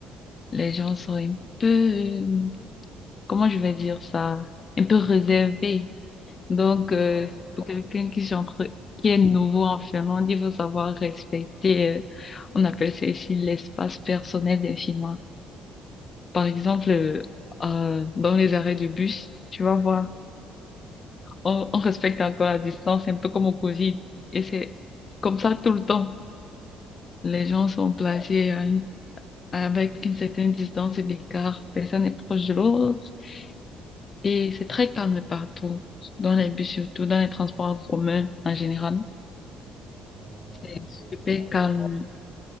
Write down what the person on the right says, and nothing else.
Je
vois.
Oui.
Oh,
je vois.